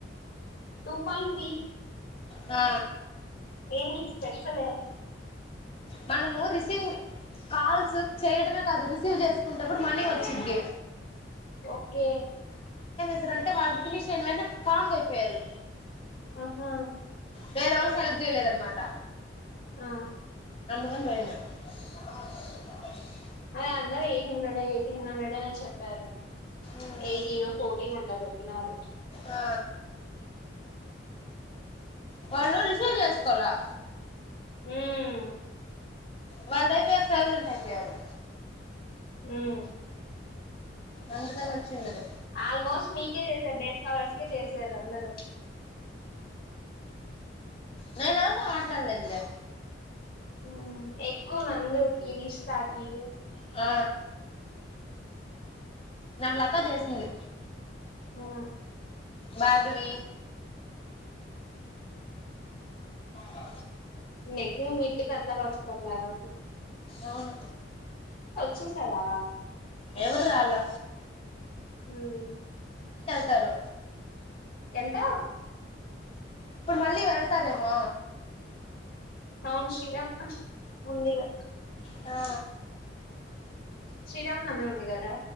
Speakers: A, on the left; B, on the left.
A: two point
B: ఆ
A: ఏమి స్పెషలు
B: మనము రిసిన్ కాల్స్ చేయడమే కాదు రిసీవ్ చేసుకుంటే కూడా మనీ వచ్చిద్ది
A: ఓకే.
B: <unintelligible> వాళ్ళు ఫినిష్ అయినా వెంటనే కామ్ గా అయిపోయారు
A: ఆహా
B: వేరె వాళ్ళకి హెల్ప్ చేయలేదనమాట
A: ఆ
B: <unintelligible>
A: అ అందరు ఎయిట్ హండ్రెడ్ ఎయిటీన్ హండ్రెడ్ అని చెప్పారు
B: ఉమ్.
A: ఎయిటీనో ఫోర్టీన్ అట్లా చెప్పినారు
B: ఆ. వాళ్ళు రిసీవ్ చేసుకోలా
A: హ్మ్
B: వాళ్ళది అయిపోయాక సైలెంట్ అయిపోయారు
A: హ్మ్
B: అందుకని వచ్చిండదు
A: ఆల్మోస్ట్ మీకే చేసారు డ్రెస్ కాలర్స్కే చేసారు అందరు
B: నేన ఎవరుతో మాట్లాడులేదులే
A: హ్మ్ ఎక్కువ నందుకి రిషితాకి
B: ఆ నాకు లతా చేసింది
A: ఆ
B: భార్గవి ఆ
A: నెక్ మీ మిడ్డేకి అందరు వస్తారు దాదాపు
B: అవును.
A: చేసారా
B: ఎవరా అళ్ళు
A: అవునండి.
B: తరు
A: ఎంత
B: ఇప్పుడు మళ్ళీ వెళ్తారేమో
A: అవును శ్రీరామ్ ఉందిగా
B: ఆ
A: శ్రీరామనవమి ఉంది కదా